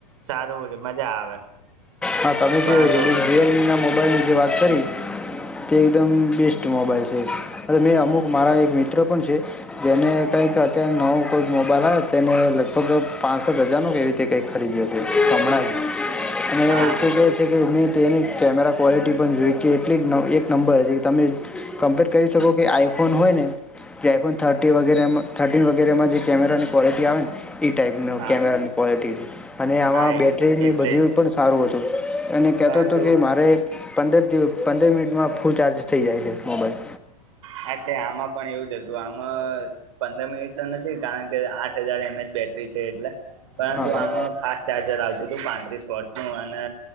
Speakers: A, on the right (about 50°); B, in the centre.
A: સારું મજા આવે
B: હા ત
A: પરંતુ
B: જે રિયલમીના મો <inaudible> ની જે વાત કરી તે એકદમ બેસ્ટ મોબાઈલ છે મેં અમુક મારા એક મિત્ર પણ છે, જેને કાંઈક અત્યારે નવો જ મોબાઈલ આવ્યો. તેને લગભગ પાંચ રજા નો કેવી રીતે કંઈક ખરીદ્યો છે હમણાં જ. અને
A: હા
B: શું કહે છે કે. તે એની કેમેરા ક્વૉલિટી પણ જોઈ કે, એટલી ન એક નંબર હતી. તમે કમ્પેર કરી શકો કે, આઈફોન હોય ને, જે આઈફોન થર્ટી વગેરેમાં થર્ટીન વગેરેમાં જે કેમેરાની ક્વૉલિટી આવે ને, એ ટાઈપ કેમેરાની
A: હા
B: ક્વાલિટી હતી. અને આમાં
A: હા
B: બેટરીની
A: એટલે
B: બધી
A: જ
B: પણ સારું હતું. એને કેત
A: પરંતુ
B: તો કે મારેારે. પંદર દિવસ પંદર મિનિટમાં ફૂલ ચાર્જ થઇ જાય છે મોબાઈલ.
A: હા તે આમાં પણ એવું જ હતું. તો આમાં પંદર મિનિટ તો નથી કારણ કે આઠ હજાર એમ એચ બેટરી છે એટલે. પરંતુ
B: હા હા
A: આમાં ફાસ્ટ ચાર્જર આવતું હતું પાંત્રીસ વોટ નું અને